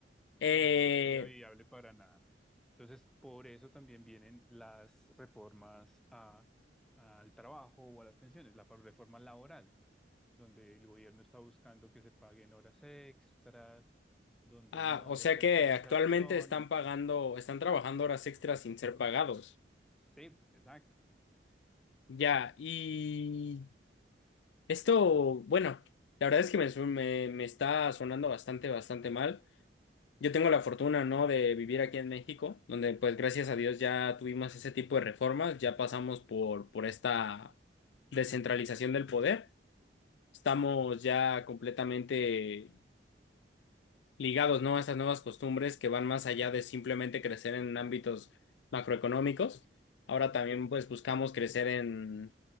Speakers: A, in the centre; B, on the left.
A: Sí,
B: Eh,
A: no, no sería viable para nada. Entonces, por eso también vienen las reformas a- al trabajo o a las pensiones, la reforma laboral, donde el gobierno está buscando que se paguen horas extras, donde
B: ah,
A: no
B: o
A: haya
B: sea
A: tercerización.
B: que actualmente están pagando, están trabajando horas extras sin ser pagados.
A: Sí, exacto.
B: Ya, y... Esto, bueno, la verdad es que me, su- me, me está sonando bastante, bastante mal. Yo tengo la fortuna, ¿no?, de vivir aquí en México, donde pues gracias a Dios ya tuvimos ese tipo de reformas, ya pasamos por, por esta descentralización del poder. Estamos ya completamente ligados, ¿no? A estas nuevas costumbres que van más allá de simplemente crecer en ámbitos macroeconómicos. Ahora también, pues, buscamos crecer en,